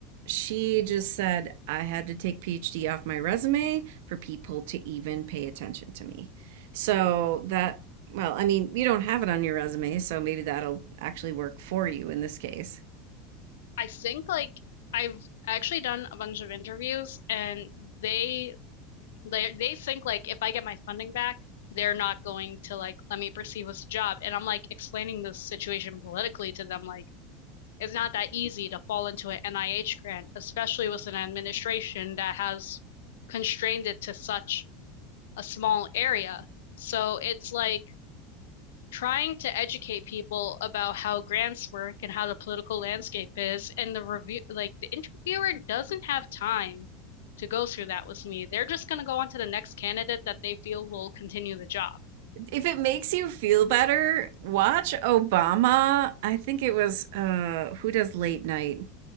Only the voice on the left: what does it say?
I think like I've actually done a bunch of interviews, and they they they think like if I get my funding back, they're not going to like let me proceed with the job. And I'm like explaining this situation politically to them, like it's not that easy to fall into an NIH grant, especially with an administration that has constrained it to such a small area. So it's like trying to educate people about how grants work and how the political landscape is. And the review, like the interviewer doesn't have time to go through that with me. They're just going to go on to the next candidate that they feel will continue the job.